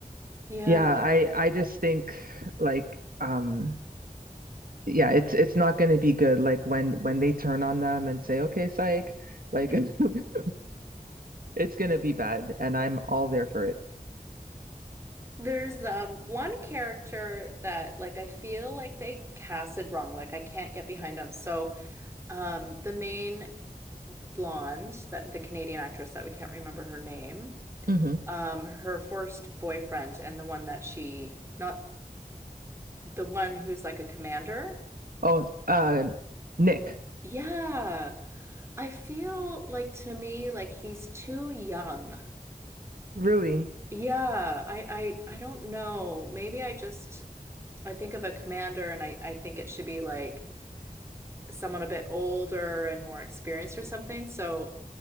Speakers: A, on the right (about 20°); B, on the right (about 75°).
A: Yeah.
B: yeah, I I just think like um yeah, it's it's not going to be good like when when they turn on them and say, "Okay, psych." Like
A: <laughs>
B: <laughs> it's going to be bad and I'm all there for it.
A: There's um one character that like I feel like they cast it wrong. Like I can't get behind him. So um the main blonde, that the Canadian actress that we can't remember her name,
B: hmm
A: um, her first boyfriend and the one that she not the one who's like a commander.
B: Oh, uh Nick,
A: Yeah, I feel like to me like he's too young.
B: Really?
A: Yeah, I I I don't know. Maybe I just I think of a commander and I I think it should be like someone a bit older and more experienced or something. So